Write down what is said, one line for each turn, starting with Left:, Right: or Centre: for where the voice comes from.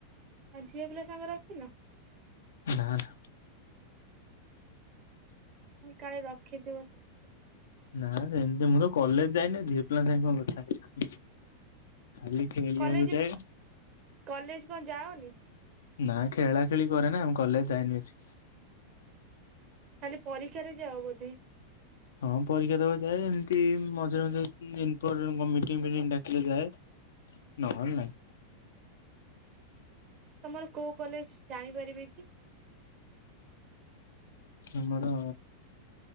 Right: ଆଉ ଝିଅ ପିଲା ସାଙ୍ଗ ରଖିନ?
Left: ନାଁ ନାଁ।
Right: କାଳେ ରଖିଥିବ ସେ
Left: ନା ସେମିତି ମୁଁ ତ କଲେଜ ଯାଇନି ଝିଅ ପିଲା ସା କଣ କଥା ହେଇ, ଖାଲି ଖେଳିବାକୁ
Right: କଲେଜ-
Left: ଯାଏ
Right: କଲେଜ କଣ ଯାଅନି?
Left: ନା ଖେଳା ଖେଳି କରେ ନା ଆମ କଲେଜ ଯାଏନି ବେଶୀ।
Right: ଖାଲି ପରୀକ୍ଷାରେ ଯାଅ ବୋଧେ?
Left: ହଁ ପରୀକ୍ଷା ଦେବା ଯାଏ ଏମିତି ମଝିରେ ମଝରେ ଇମ୍ପ୍ ମିଟିଂ ଫିଟିଙ୍ଗ୍ ଡାକିଲେ ଯାଏ। ନହେଲେ ନାଇଁ।
Right: ତମର କୋଉ କଲେଜ ଜାଣିପାରିବି କି?
Left: ଆମର